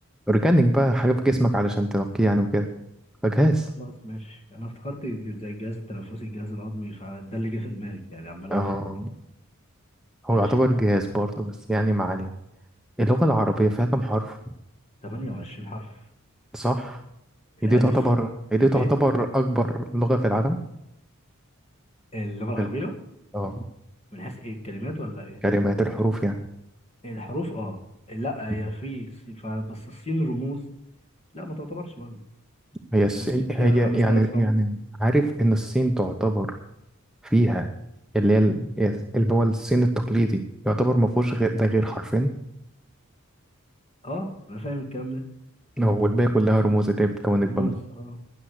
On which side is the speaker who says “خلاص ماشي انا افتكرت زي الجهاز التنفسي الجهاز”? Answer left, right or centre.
Left